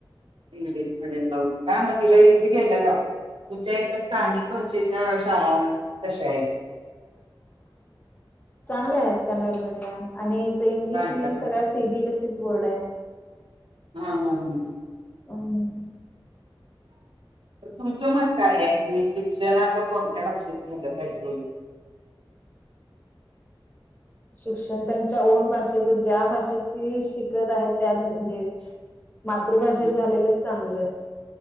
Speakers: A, on the right (about 80°); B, on the left (about 20°).
A: इंग्लिश मीडयम ला होत काय मग तीला इसी घ्यायला लाव तुमच्या एका स्थानिक भाषेच्या शाळा कशा आहेत
B: <inaudible> चांगले आहेत कन्नड मीडियम आणि इथ इंग्लिश
A: चांगल्या
B: मिडियम सगळ्यात सीबीएसईच बोर्ड आहे
A: हम्म हम्म हम्म
B: हम्म
A: तुमचं मत काय आहे की शिक्षणाच कोणत्या भाषेत झालं पाहिजे
B: शिक्षण त्यांच्या ओन भाषेत ज्या भाषेत ती शिकत आहेत त्याच म्हणजे मातृभाषेत
A: हं?
B: झालेलंच चांगलं